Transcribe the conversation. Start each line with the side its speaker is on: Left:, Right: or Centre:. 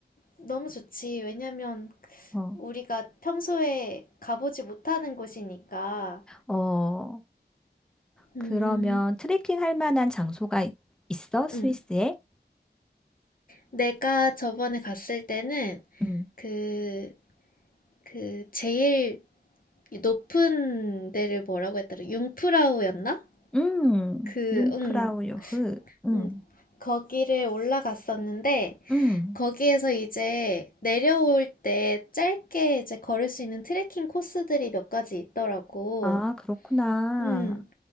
Left: 너무 좋지. 왜냐면
Centre: 어,
Left: 우리가 평소에 가보지 못하는 곳이니까.
Centre: 어,
Left: 음.
Centre: 그러면 트레킹 할 만한 장소가 있- 있어? 스위스에?
Left: 음. 내가 저번에 갔을 때는
Centre: 음,
Left: 그, 그 제일 높은 데를 뭐라고 했더라? 융프라우였나?
Centre: 음,
Left: 그,
Centre: 융프라우
Left: 응,
Centre: 요흐. 음,
Left: 음, 거기를 올라갔었는데
Centre: 음.
Left: 거기에서 이제 내려올 때 짧게 이제 걸을 수 있는 트레킹 코스들이 몇 가지 있더라고.
Centre: 아, 그렇구나.
Left: 음,